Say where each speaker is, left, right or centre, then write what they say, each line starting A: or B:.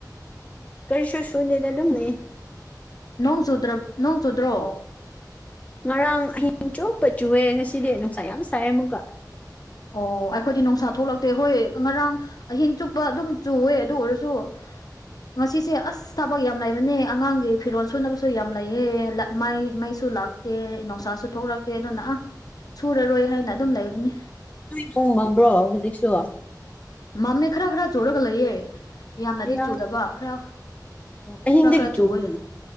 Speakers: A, on the left; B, on the left.
A: ꯀꯩꯔꯤꯁꯨ ꯁꯨꯏꯗꯦꯗ ꯑꯗꯨꯝ ꯂꯩꯌꯦ
B: ꯅꯣꯡ ꯆꯨꯗ꯭ꯔ ꯅꯣꯡ ꯆꯨꯗ꯭ꯔꯣ
A: ꯉꯔꯥꯡ ꯑꯍꯤꯡ ꯆꯨꯞꯄ ꯆꯨꯑꯦ ꯉꯁꯤꯗꯤ ꯅꯨꯡꯁꯥ ꯌꯥꯝ ꯁꯥꯏꯑꯦ ꯑꯃꯨꯛꯀ
B: ꯑꯣ ꯑꯩꯈꯣꯏꯗꯤ ꯅꯨꯡꯁꯥ ꯊꯣꯛꯂꯛꯇꯦ ꯍꯣꯏ ꯉꯔꯥꯡ ꯑꯍꯤꯡ ꯆꯨꯞꯄ ꯑꯗꯨꯝ ꯆꯨꯋꯦ ꯑꯗꯨ ꯑꯣꯏꯔꯁꯨ ꯉꯁꯤꯁꯦ ꯑꯁ ꯑꯁ ꯊꯕꯛ ꯌꯥꯝ ꯂꯩꯕꯅꯦ ꯑꯉꯥꯡꯒꯤ ꯐꯤꯔꯣꯜ ꯁꯨꯅꯕꯁꯨ ꯌꯥꯝ ꯂꯩꯌꯦ ꯂ ꯃꯥꯏ ꯃꯩꯁꯨ ꯂꯥꯛ ꯇꯦ ꯅꯨꯡꯁꯥꯁꯨ ꯊꯣꯛꯂꯛꯇꯦ ꯑꯗꯨꯅ ꯑꯥ ꯁꯨꯔꯔꯣꯏ ꯍꯥꯏꯅ ꯑꯗꯨꯝ ꯂꯩꯕꯅꯦ
A: ꯅꯣꯏ ꯅꯣꯡ ꯃꯪꯕ꯭ꯔꯣ ꯍꯧꯖꯤꯛꯁꯨ
B: ꯃꯝꯃꯦ ꯈꯔ ꯈꯔ ꯆꯨꯔꯒ ꯂꯩꯌꯦ ꯌꯥꯝꯅꯗꯤ
A: ꯌꯥ
B: ꯆꯨꯗꯕ ꯈꯔ
A: ꯑꯍꯤꯡꯗꯒꯤ
B: ꯈꯔ ꯈꯔ ꯆꯨꯋꯦ
A: ꯆꯨꯕ꯭ꯔꯣ ꯎꯝ